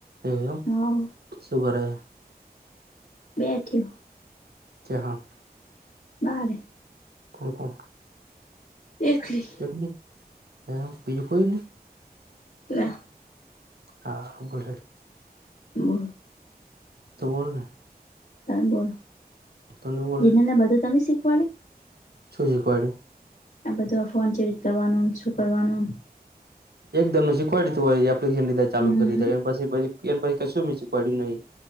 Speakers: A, on the right; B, on the left.
A: એવ એમ
B: હોવ
A: શું કરે
B: બેઠી હુ
A: છે, હા.
B: બહાર.
A: થા <unintelligible>
B: એકલી
A: એ, હ, બીજું કોઈ નહીં.
B: લે.
A: હા, બરોબર.
B: બરાબર.
A: તો બોલને.
B: તો બોલો,
A: તને બોલે
B: તનને બધું તમે શીખવાડે.
A: શું શીખવાડે?
B: આ બધું આ ફોન ચેરિત કરવાનું શું કરવાનું.
A: એકદમ ને શીખવાડ્યું. તું હોય, એપ્લિકન લીધા, ચાલુ
B: હમ
A: કરી એ. એ પછી કું શીખવાડય્યું નહી?